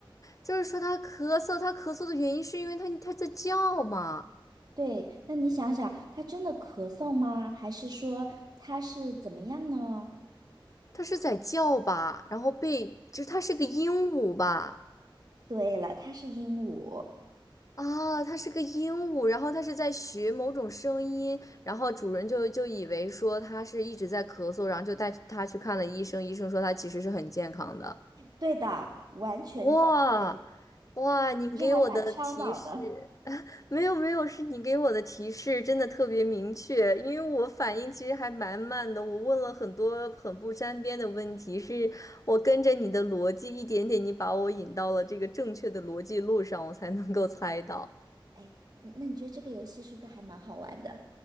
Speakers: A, on the left (about 40°); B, on the right (about 45°).
A: 就是说他咳嗽，他咳嗽的原因是因为他他在叫嘛，
B: 对，那你想想，他真的咳嗽吗？还是说他是怎么样呢？
A: 他是在叫吧，然后被就是他是个鹦鹉吧？
B: 对了，他是鹦鹉。
A: 啊，他是个鹦鹉，然后他是在学某种声音，然后主人就就以为说他是一直在咳嗽，然后就带他去看了医生，医生说他其实是很健康的。
B: 对的，完全正确，
A: 哇哇，你给我的提示。
B: 就是还蛮烧脑的。
A: 没有没有，是你给我的提示真的特别明确，因为我反应其实还蛮慢的，我问了很多很不沾边的问题，是我跟着你的逻辑一点点，你把我引到了这个正确的逻辑路上，我才能够猜到。
B: 哎，你那你觉得这个游戏是不是还蛮好玩的？